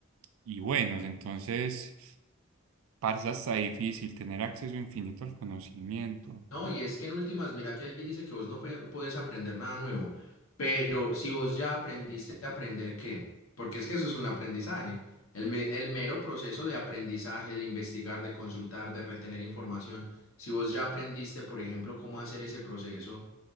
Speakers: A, on the right (about 75°); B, on the left (about 85°).
A: y buenos. Entonces, parce, hasta difícil tener acceso infinito al conocimiento.
B: No, y es que en últimas, mira que ahí dice que vos no pe- puedes aprender nada nuevo, pero si vos ya aprendiste a aprender qué, porque es que eso es un aprendizaje. El, me- el mero proceso de aprendizaje, de investigar, de consultar, de retener información. Si vos ya aprendiste, por ejemplo, cómo hacer ese proceso